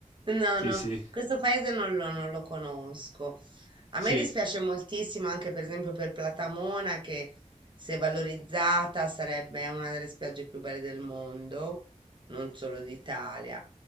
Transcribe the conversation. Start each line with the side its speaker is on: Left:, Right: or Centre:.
Right: No,
Left: sì,
Right: no,
Left: sì,
Right: questo paese non lo, non lo conosco. A
Left: sì,
Right: me dispiace moltissimo anche per esempio per Platamona che se valorizzata sarebbe una delle spiagge più belle del mondo, non solo d'Italia.